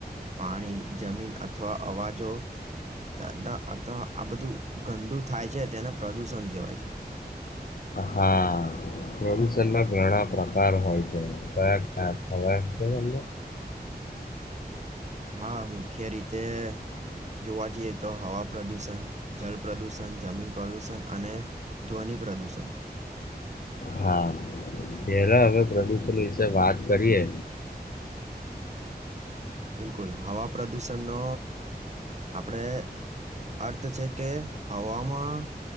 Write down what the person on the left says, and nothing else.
હા. પ્રદુષણનાં ઘણા પ્રકાર હોય છે કયા ખવા <inaudible> છે એમને
હા એરા પ્રદૂષણ વિશે વાત કરીએ